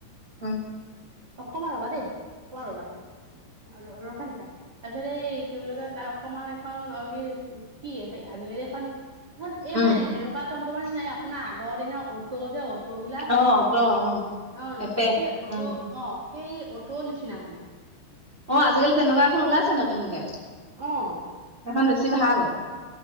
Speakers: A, on the right; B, on the right.
A: উ।
B: অকণমান ৰবা দেই অকমান ৰবা। আৰু ৰখাই থেখা। তাৰপিছত এই কি বুলি কয় তাৰ অকমান এখন অ' কি কি আজিকালি এই
A: উম
B: মানে এনেকুৱা তন্ত মানে আপোনাৰ আগৰ দিনৰ অটো যে অ টবিলা
A: অ অট উম
B: অ
A: এপে
B: সেই
A: উম
B: তটো অঁ সেই অটো নিচিনা মানে।
A: অঁ আজিকালি তেনেকুৱা এখন ওলাইছে নতুনকে।
B: অহ
A: সেইখন বেছি
B: তাৰ
A: ভাল